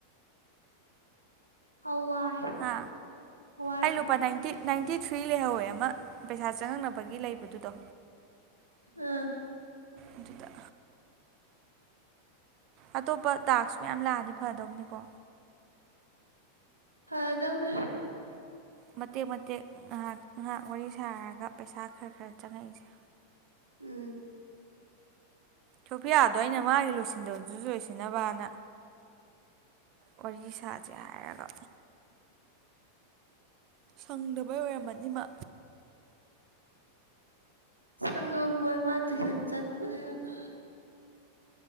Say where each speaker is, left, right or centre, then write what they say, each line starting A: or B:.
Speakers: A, on the right; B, on the right.
A: ꯍꯋꯥꯏ
B: ꯍꯥ
A: ꯍꯋꯥꯏ
B: ꯑꯩ ꯂꯨꯄꯥ ꯅꯥꯏꯟꯇꯤ ꯅꯥꯏꯟꯇꯤ ꯊ꯭ꯔꯤ ꯂꯩꯍꯧꯋꯦ ꯑꯃ ꯄꯩꯁꯥ ꯆꯪꯉꯛꯅꯕꯒꯤ ꯂꯩꯕꯗꯨꯗꯣ
A: ꯑꯥ
B: ꯑꯗꯨꯗ ꯑꯇꯣꯞꯄ ꯇꯥꯛꯁ ꯃꯌꯥꯝ ꯂꯥꯛꯑꯗꯤ ꯐꯗꯧꯅꯤꯀꯣ
A: ꯐꯗꯧꯅꯤ
B: ꯃꯇꯦꯛ ꯃꯇꯦꯛ ꯉꯥꯏꯍꯥꯛ ꯉꯥꯏꯍꯥꯛ ꯋꯥꯔꯤ ꯁꯥꯔꯒ ꯄꯩꯁꯥ ꯈꯔ ꯈꯔ ꯆꯪꯉꯛꯏꯁꯦ
A: ꯎꯝ
B: ꯁꯣꯐꯤꯌꯥꯗꯣ ꯑꯩꯅ ꯃꯥꯒꯤ ꯂꯣꯏꯁꯤꯟꯗꯕꯗꯨꯁꯨ ꯂꯣꯏꯁꯤꯟꯅꯕꯅ ꯋꯥꯔꯤ ꯁꯥꯥꯁꯦ ꯍꯥꯏꯔꯒ ꯁꯪꯗꯕꯩ ꯑꯣꯏꯔꯝꯃꯅꯤ ꯃꯥ
A: ꯁꯪꯉꯝꯃꯣꯏ ꯃꯥ ꯇ꯭ꯌꯨꯁꯟ ꯆꯠꯄꯅꯤꯅ